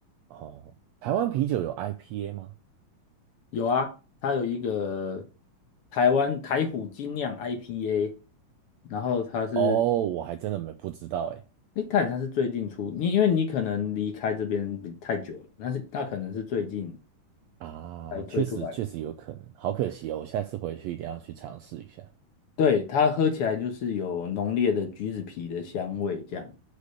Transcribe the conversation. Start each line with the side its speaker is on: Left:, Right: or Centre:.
Right: 哦，台湾啤酒有 IPA 吗？
Left: 有啊，它有一个台湾台虎精酿 IPA，然后它是，
Right: 哦，我还真的没不知道哎。
Left: 诶，它好像是最近出，你因为你可能离开这边比太久了，但是那可能是最近
Right: 啊，
Left: 才推出来。
Right: 确实确实有可能，好可惜哦，我下次回去一定要去尝试一下。
Left: 对，它喝起来就是有浓烈的橘子皮的香味，这样，